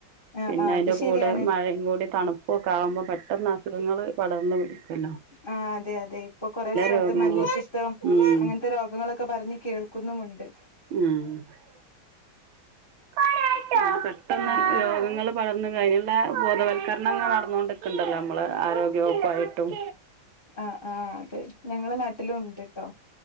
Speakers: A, on the left; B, on the right.
A: ആഹ്
B: പിന്നെ
A: ആഹ്
B: അയിന്റെ
A: അത്
B: കൂടെ
A: ശരിയാണ്
B: മഴയും കൂടി തണുപ്പൊക്കെ ആവുമ്പം പെട്ടെന്ന് അസുഖങ്ങൾ പടർന്ന് പിടിക്കൊല്ലോ.
A: ആഹ് അതെ അതെ. ഇപ്പൊ കൊറെ സ്ഥലത്ത്
B: രോഗങ്ങളും
A: മഞ്ഞപ്പിത്തം
B: ഉം
A: അങ്ങൻ ത്ത രോഗങ്ങളൊക്കെ പറഞ്ഞ് കേൾക്കുന്നുമുണ്ട്.
B: ആഹ്. <inaudible> പെട്ടെന്ന്
A: പിന്നെ
B: രോഗങ്ങളും വളർന്ന് ങ്ങ അയ്നുള്ള ബോധവൽക്കരണം ഇങ്ങ നടന്നോണ്ട്ക്ക്ണ്ടല്ലോ നമ്മള് ആരോഗ്യവകുപ്പായിട്ടും
A: ആഹ് ആഹ് അത് ഞങ്ങളെ നാട്ടിലും ഉണ്ട്ട്ടോ.